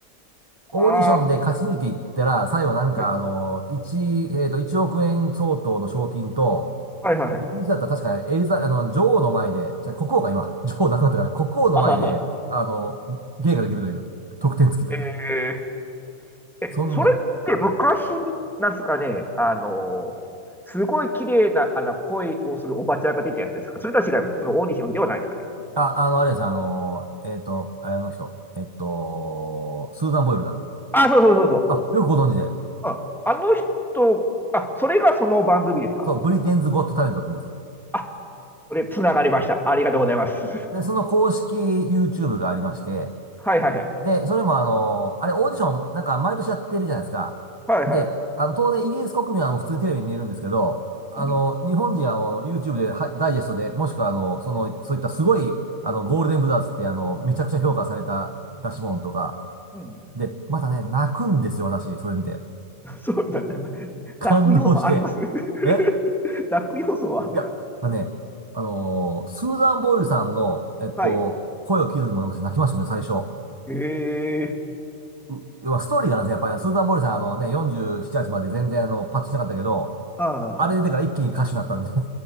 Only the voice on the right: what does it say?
オーディションで勝ち抜いていったら、
最後なんかあの、
1、えっと、1億円相当の賞金と、
イギリスだったら確かエリザ、あの、女王の前で、じゃあ国王が今、女王亡くなったから、国王の前で、
あの、芸ができるという、得点付きという。
そんなん、
うん。
あ、あの、あれですよ、あの、えっと、あの人、えっと、スーザン・ボイルだ。
あ、よくご存知で。
そう、ブリテンズ・ゴット・タレントって言うんです。
で、その公式 YouTube がありまして、
で、それもあの、あれオーディションなんか毎年やってるじゃないですか。
で、あの、当然イギリス国民はもう普通にテレビに見えるんですけど、
あの、
日本人はもう YouTube ではダイジェストで、もしくはあの、その、そういったすごい、あの、ゴールデンブザーズってあの、めちゃくちゃ評価された出し物とか、
で、またね、泣くんですよ、私、それ見て。
感動して。
え
いや、まあね、あのースーザン・ボイルさんの、えっと、
声を聞いた時も私泣きましたね、最初。
う、まあ、ストーリーがあるんですね、やっぱり、スーザン・ボイルさん、あのね、47、8まで全然あの、パッとしなかったけど、
あれ出てから一気に歌手になったみたいな。